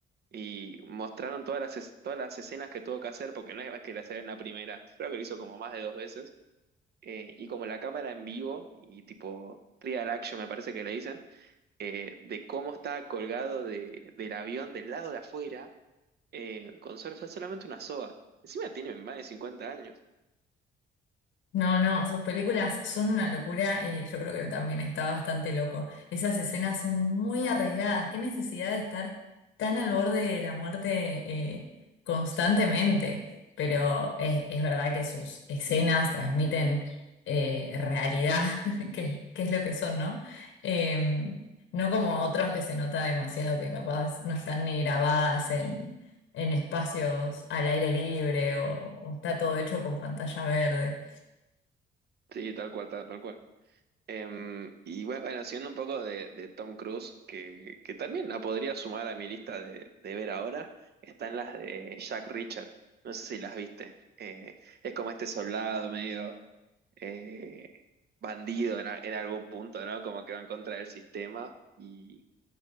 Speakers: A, on the right; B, on the left.
A: y mostraron todas las, es- todas las escenas que tuvo que hacer, porque no es que las haga en la primera, creo que lo hizo como más de dos veces eh, y como la cámara en vivo y tipo trial action me parece que le dicen, eh, de cómo está colgado de- del avión del lado de afuera eh, con sol- solamente una soga. Encima tiene más de 50 años.
B: No, no, sus películas son una locura y yo creo que él también está bastante loco. Esas escenas son muy arriesgadas. Qué necesidad de estar tan al borde de la muerte eh, constantemente. Pero eh, es verdad que sus escenas transmiten eh, realidad, <laughs> que, que es lo que son, ¿no? Eh, no como otros que se nota demasiado que capaz no están ni grabadas en, en espacios al aire libre o o está todo hecho con pantalla verde.
A: Sí, tal cual, tal, tal cual. Em, y bue- bueno, siendo un poco de, de Tom Cruise, que, que también la podría sumar a mi lista de, de ver ahora, están las de Jack Richard. No sé si las viste. Eh, es como este soldado medio eh, bandido en, a- en algún punto, ¿no? Como que va en contra del sistema y